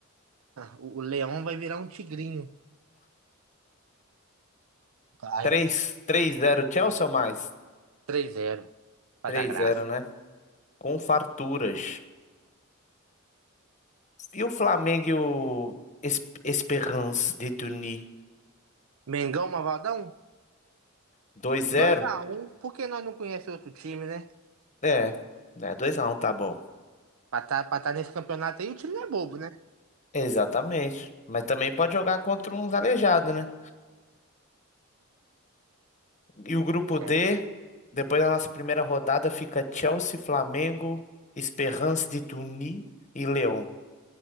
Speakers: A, on the right; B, on the left.
A: O, o Leão vai virar um tigrinho. Vai.
B: Três, três zero, Chelsea ou mais?
A: Três a zero, Vai
B: Três
A: dar graça.
B: zero, né? Com farturas. E o Flamengo e o Es- Esperance de Tunis?
A: Mengão, Mavaldão?
B: dois zero?
A: Dois a um, porque nós não conhecemos outro time, né?
B: É, né? Dois a um, tá bom.
A: Pra tá, pra tá nesse campeonato aí, o time não é bobo, né?
B: Exatamente. Mas também pode jogar contra uns aleijados, né? E o grupo D,
A: É,
B: depois da nossa primeira rodada, fica Chelsea, Flamengo, Esperance de Tunis e Lyon.